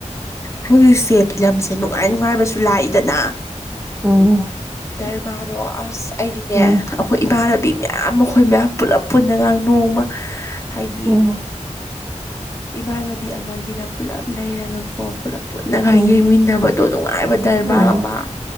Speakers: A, on the left; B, in the centre.
A: ꯍꯧꯖꯤꯛꯁꯦ ꯐꯤꯂꯝꯁꯦ ꯅꯨꯡꯉꯥꯏ ꯅꯨꯡꯉꯥꯏꯕꯁꯨ ꯂꯥꯛꯏꯗꯅ
B: ꯎꯝ
A: ꯙꯔꯃꯥꯗꯣ ꯑꯁ ꯑꯩꯗꯤꯅꯦ
B: ꯎꯝ
A: ꯑꯩꯈꯣꯏ ꯏꯃꯥꯟꯅꯕꯤ ꯃꯌ ꯃꯌꯥꯝ ꯑꯩꯈꯣꯏ ꯃꯌꯥꯝ ꯄꯨꯂꯞ ꯄꯨꯟꯅꯒꯥꯡ ꯅꯣꯡꯃ ꯍꯥꯏꯗꯤ
B: ꯎꯝ
A: ꯏꯃꯥꯟꯅꯕꯤ ꯑꯃꯒꯤꯗ ꯄꯨꯜꯂꯞ ꯂꯩꯔꯒ ꯀꯣ ꯄꯨꯂꯞ ꯄꯨꯟꯅꯒ
B: ꯎꯝ
A: ꯌꯦꯡꯃꯤꯟꯅꯕꯗꯣ ꯅꯨꯡꯉꯥꯏꯕ ꯗꯔꯃꯥꯔ
B: ꯎꯝ
A: ꯑꯃ